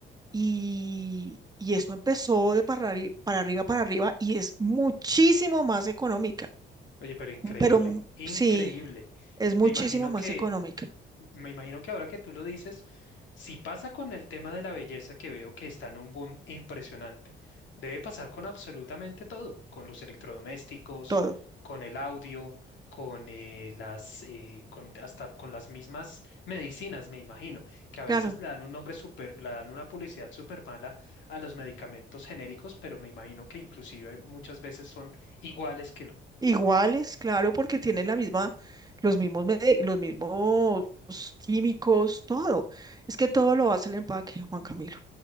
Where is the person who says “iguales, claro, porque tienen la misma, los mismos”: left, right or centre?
Right